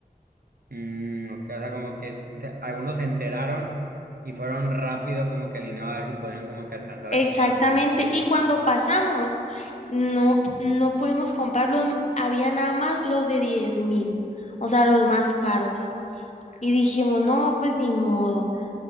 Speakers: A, on the right (about 80°); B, on the left (about 50°).
A: Mm, ok, o sea, como que te- algunos se enteraron y fueron rápido como que alineados a ver si podían como que alcanzar
B: Exactamente,
A: a comprar boletos ahí.
B: y cuando pasamos, no, no pudimos comprarlos, había nada más los de diez mil, o sea, los más caros. Y dijimos, no, pues ni modo.